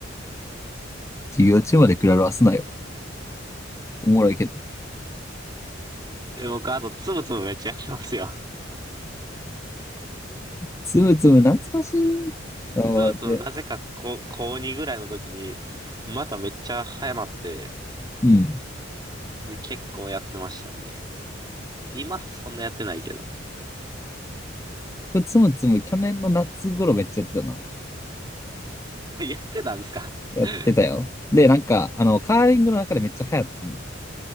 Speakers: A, on the left (about 15°); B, on the right (about 25°).
A: 授業中までクラロワすなよ。おもろいけど。
B: え僕、あと、つむつむめっちゃやってますよ。
A: つむつむ懐かしい。あ、
B: つむつむ、
A: で、
B: なぜか高、高2ぐらいの時に、まためっちゃ早まって、
A: うん。
B: で、結構やってましたね。今、そんなやってないけど。
A: つむつむ去年の夏頃めっちゃやってたな。
B: <laughs> やってたんですか <laughs>
A: やってたよ。で、なんか、あの、カーリングの中でめっちゃ流行ってんの。